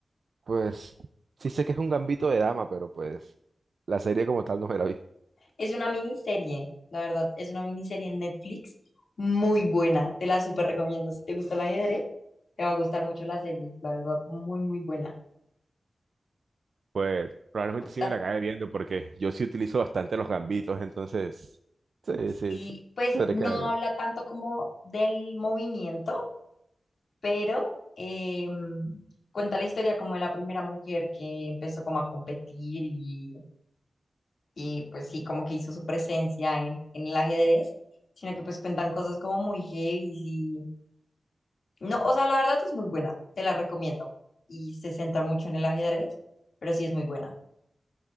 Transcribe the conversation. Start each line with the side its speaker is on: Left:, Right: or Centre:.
Right: Pues sí sé que es un gambito de dama, pero pues la serie como tal no me la vi.
Left: Es una miniserie, la verdad, es una miniserie en Netflix muy buena. Te la súper recomiendo. Si te gusta el ajedrez, te va a gustar mucho la serie, la verdad, muy, muy buena.
Right: Pues probablemente
Left: Cuenta-
Right: sí me la acabe viendo porque yo sí utilizo bastante los gambitos, entonces Sí, sí,
Left: Sí,
Right: sí.
Left: pues
Right: Tendré
Left: no
Right: que ver.
Left: habla tanto como del movimiento, pero eh, cuenta la historia como de la primera mujer que empezó como a competir y, y, pues sí, como que hizo su presencia en, en el ajedrez, sino que pues cuentan cosas como muy heavy y no, o sea, la verdad es muy buena, te la recomiendo y se centra mucho en el ajedrez, pero sí es muy buena.